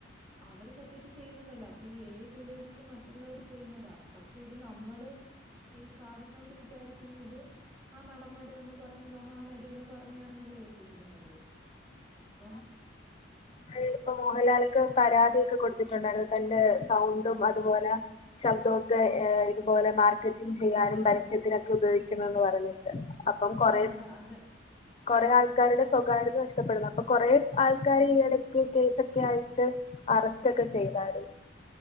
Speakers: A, on the right; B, on the left.
A: അവര് സത്യത്തിൽ ചെയ്യുന്നതല്ല അപ്പൊ ഈ ഏ ഐ ടൂള് വച്ച് മറ്റുള്ളവര് ചെയ്യുന്നതാ പക്ഷെ ഇത് നമ്മള് ഈ കാണുന്നവര് വിചാരിക്കുന്നത് ആ നടന്മാര് വന്ന് പറഞ്ഞതാണ് ആ നടി വന്ന് പറഞ്ഞതാണെന്നല്ലേ വിശ്വസിക്കുന്നത് ത് അപ്പം
B: അങ്ങനെ ഇപ്പൊ മോഹൻലാലൊക്കെ പരാതിയൊക്കെ കൊടുത്തിട്ടുണ്ടായിരുന്നു തന്റെ സൗണ്ടും അതുപോലെ ശബ്ദമൊക്കെ ഏഹ് ഇതുപോലെ മാർക്കറ്റിങ് ചെയ്യാനും പരസ്യത്തിനൊക്കെ ഉപയോഗിക്കുന്നുന്ന് പറഞ്ഞിട്ട് അപ്പം കൊറെ
A: ആ അത് അത്
B: കൊറെ ആൾക്കാരുടെ സ്വപ് കാരത് നഷ്ടപ്പെടുന്നു അപ്പൊ കൊറെ ആൾക്കാര് ഈയിടക്ക് കേസൊക്കെ ആയിട്ട് അറസ്റ്റ് ഒക്കെ ചെയ്താരു